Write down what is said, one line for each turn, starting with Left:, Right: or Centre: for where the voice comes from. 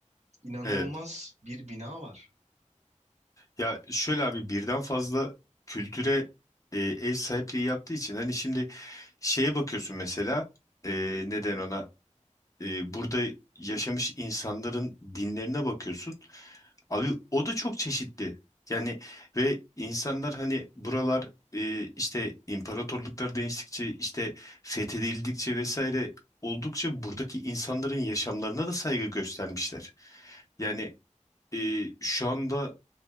Right: inanılmaz
Left: Evet.
Right: bir bina var.
Left: Ya şöyle abi birden fazla kültüre e, ev sahipliği yaptığı için hani şimdi şeye bakıyorsun mesela e, neden ona e, burada yaşamış insanların dinlerine bakıyorsun. Abi o da çok çeşitli. Yani ve insanlar hani buralar e, işte imparatorluklar değiştikçe işte fethedildikçe vesaire oldukça buradaki insanların yaşamlarına da saygı göstermişler. Yani e, şu anda